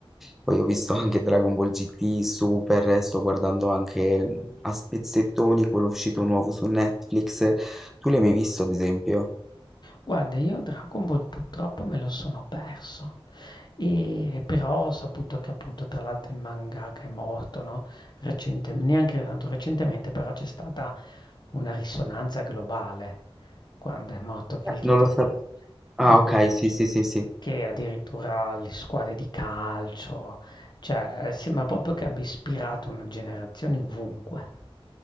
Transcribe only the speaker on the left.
guarda, io Dragon Ball purtroppo me lo sono perso. E però ho saputo che appunto tra l'altro il mangaka è morto, no? Recente- neanche tanto recentemente, però c'è stata una risonanza globale quando è morto il creatore
di, di-
che addirittura le squadre di calcio, cioè sembra proprio che abbia ispirato una generazione ovunque.